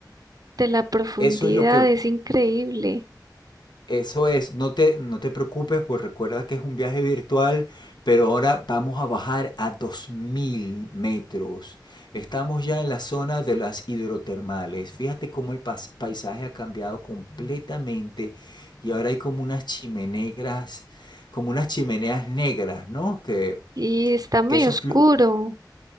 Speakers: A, on the right; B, on the left.
A: de la profundidad,
B: eso es lo que
A: es increíble.
B: Eso es, no te, no te preocupes, pues recuerda que es un viaje virtual, pero ahora vamos a bajar a 2.000 metros. Estamos ya en la zona de las hidrotermales. Fíjate cómo el pas- paisaje ha cambiado completamente y ahora hay como unas chimeneas, como unas chimeneas negras, ¿no? Que,
A: Y está muy
B: que eso...
A: oscuro.
B: flu-